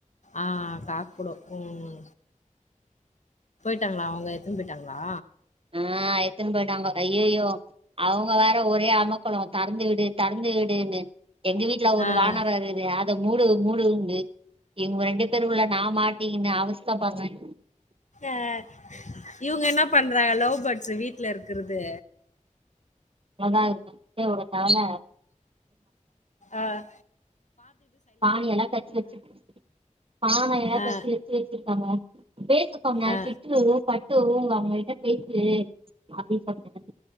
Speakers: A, on the left (about 65°); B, on the right (about 45°).
A: ஆஹ் காக்கொடோ உம் போய்ட்டாங்களா அவுங்க எடுத்துன்னு போயிட்டாங்களா
B: ஆஹ் எடுத்துன்னு போயிட்டாங்க அய்யயோ அவுங் க வேற ஒரே அமர்க்களம் தறந்து விட் இத தறந்து விடுன்னு எங்க வீட்டுல ஒரு
A: ஆ.
B: வானரம் இருக்குது அ து மூடு மூடு வந்து இவுங்க ரெண்டு பேருக்குள்ள நான் மாட்டீங்கன்னு அவஸ் த படுறேன்
A: ஆஹ்இவுங்க என்னா பண்றாங்க லவ் பேர்ட்ஸ் வீட்டுல இருக்குறது
B: நல்ல இருக்கும் இவுங்க கவல
A: ஆஹ்
B: பானைய எல்லாம் கச்சி வச்சு பான எல்லாம்
A: அ
B: கச்சி வச்சு வச்சிருக்காங்க பேச சொன்னேன்
A: அ
B: சிட்டுலூரு ப த்து உங்க அம்மாகிட்ட பேசி அப்டி சொன்னேன்